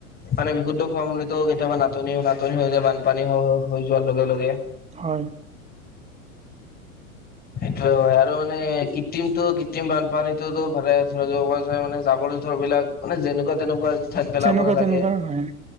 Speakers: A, on the left; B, on the right.
A: মানে বিশুদ্ধ খোৱা পানীতো কেতিয়াবা নাটনি নাটনি হৈ যায় বানপানী হৈ-হৈ হৈ যোৱাৰ লগে লগে।
B: হয়।
A: সেইটোয়ে হয়, আৰু মানে কৃত্ৰিমটো কৃত্ৰিম বানপানীটো <unintelligible> মানে জাবৰ জোথৰ বিলাক মানে যেনেকুৱা তেনেকুৱা ঠাইত পেলাব
B: তেনেকুৱা
A: নালাগে
B: তেনেকুৱা হয়